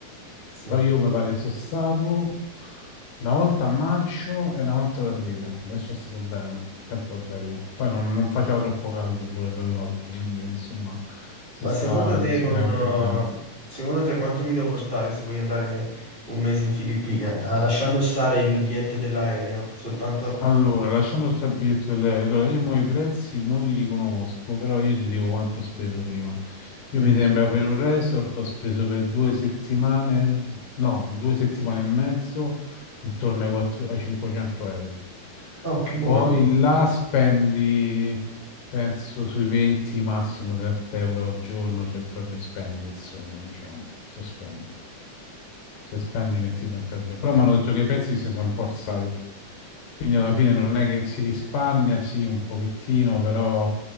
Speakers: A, on the right; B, on the left.
A: sì.
B: Però io mi pare sono stato una volta a maggio e una volta ad aprile e sono stato bene, il tempo è bello. Poi non, non faceva troppo caldo pure, tra l'altro, quindi insomma si
A: Ma
B: sta
A: secondo te,
B: discretamente
A: con, eh,
B: bene.
A: secondo te quanto mi devo portare se voglio andare un mese in Filippine? Ah, lasciando stare il biglietto dell'aereo, soltanto...
B: Allora, lasciando stare il biglietto dell'aereo, allora io mo i prezzi non li conosco, però io ti dico quanto ho speso prima. Io
A: Mm.
B: mi sembra per un resort ho speso per due settimane, no, due settimane e mezzo, intorno ai, quattro- ai 500 euro.
A: Oh, che buono,
B: Poi là spendi, penso, sui 20, massimo 30 euro al giorno, se proprio spendi, insomma, diciamo, se spendi. Se spendi 20-30 euro. Però mi hanno detto che i prezzi si sono un po' alzati. Quindi alla fine non è che si risparmia, sì, un pochettino, però